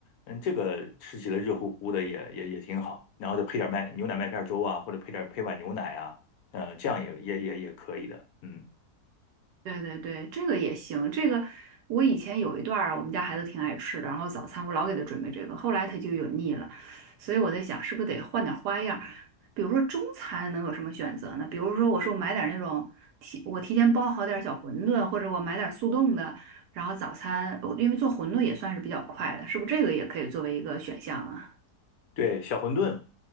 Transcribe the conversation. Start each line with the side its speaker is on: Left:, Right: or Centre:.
Left: 嗯，这个吃起来热乎乎的也也也挺好，然后再配点麦牛奶麦片粥啊，或者配点配碗牛奶啊，呃，这样也也也也可以的。嗯，
Right: 对对对，这个也行。这个我以前有一段儿，我们家孩子挺爱吃的，然后早餐我老给他准备这个，后来他就有腻了，所以我在想，是不是得换点儿花样儿？比如说中餐能有什么选择呢？比如说，我说我买点儿那种提，我提前包好点儿小馄饨，或者我买点儿速冻的，然后早餐，我因为做馄饨也算是比较快的，是不是这个也可以作为一个选项啊？
Left: 对，小馄饨，